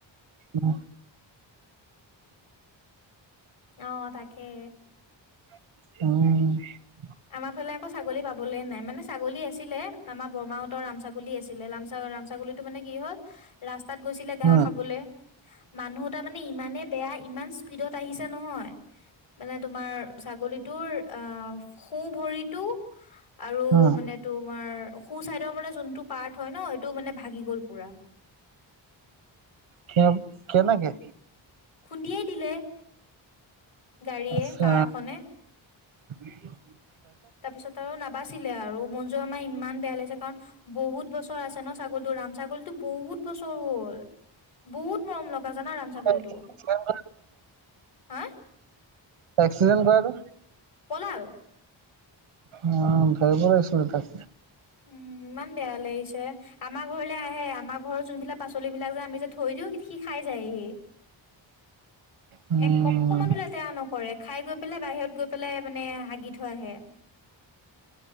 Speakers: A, on the right (about 80°); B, on the left (about 80°).
A: অ
B: অ তাকে
A: উম
B: আমাৰ ফালে আকৌ ছাগলী পাবলেই নাই। মানে ছাগলী আছিলে আমাৰ বৰমাহতৰ ৰাম ছাগলী আছিলে। ছাগলী টো মানে কি হল ৰাস্তাত গৈছিল ঘাহ
A: উম,
B: খাবলে, মানু্হ তাৰ মানে ইমানে বেয়া, ইমান স্পীডত আহিছে নহয়। মানে তোমাৰ ছাগলীটোৰ অ সোঁ ভৰিতটো আৰু
A: উম,
B: মানে তোমাৰ সু ছাইডৰ মানে যোনটো পাৰ্ট হয় ন সেইটো মানে ভাগি গ'ল পুৰা।
A: কে কেনেকে।
B: খুন্দিয়েই দিলে গাড়ীয়ে
A: আচ্ছা,
B: কাৰ এখনে
A: <unintelligible>
B: তাৰপিছত আৰু নাবাজ ছিলে আৰু মনজুৰ আমাৰ ইমান বেয়া লাগিছে কাৰণ বহুত বছৰ আছে ন ছাগলতো ৰাম ছাগলতো বহুত বছৰ চৰু হ'ল বহুত। মৰমলগা জানা ৰাম ছাগলীটো
A: এক্সিডেণ্ট
B: হা
A: একচিদেন্ত কৰাটো।
B: পলাল
A: অ ধৰিব লাগিছিলে তাক
B: উম ইমান বেয়া লাগিছে আমাৰ ঘৰলে আহে আমাৰ ঘৰৰ যোনবিলাক পাচলিবিলাক যে আমি যে থৈ দিওঁ। সি খাই যায়হি
A: উম,
B: এক অকমানো লেতেৰা নকৰে খাই গৈ পেলাই। বাহিৰত গৈ পেলাই মানে হাগি থৈ আহে